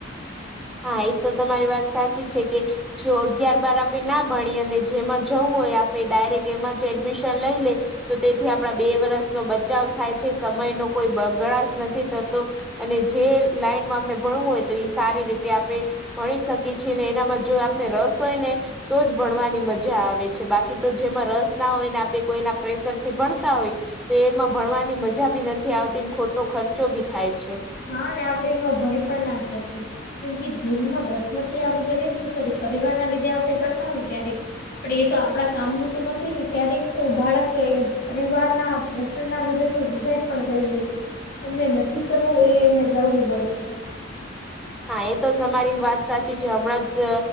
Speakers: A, in the centre; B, on the left.
A: હા, એ તો તમારી વાત સાચી છે કે જો અગિયાર બાર આપે ના ભણી અને જેમાં જવું હોય, આપે ડાયરેક્ટ એમાં જ એડમિશન લઈ લે. તો તેથી આપણા બે વર્ષનો બચાવ થાય છે, સમય નો કોઈ બગળે નથી થતો. અને જે લાઈનમાં અમને ભણવું હોય તો, એ સારી રીતે આપણે ભણી શકીએ છીએ ને, એના જો આપને રસ હોય ને. તો જ ભણવાની મજા આવે છે, બાકી તો જેમાં રસ ના હોયને આપે, કોઈના પ્રેશર થી ભણતા હોય. તો એમાં ભણવાની મજા બી નથી આવતી, ખોટો ખર્ચો બી થાય છે.
B: હા ને, આપડે એમાં ભણી પણ ના સરકી. કેમ કે જેનમાં રસમતિ આપડે કરીએ ને શું ખ, પરિવાર ના લીધે આપડે કરતા હોય, ક્યારેક. પણ એ તો આપણા કામનું તો નથી ને, ક્યારેક તો બાળક પરિવારના રસ્ટ ના લીધે તો સુસાઈડ પણ કરી લે છે, એમને નથી કરવું એ એમને કરવું પડે છે.
A: હા, એ તો જ અમારી વાત સાચી છે, હમણાં જ